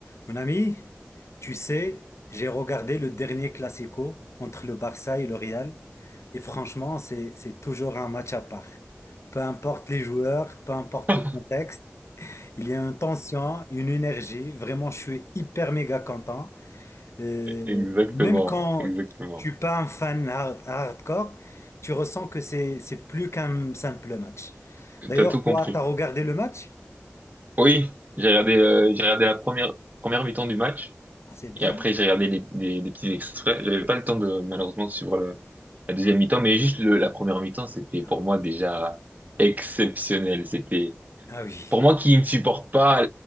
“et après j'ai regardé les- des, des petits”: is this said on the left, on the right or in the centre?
Right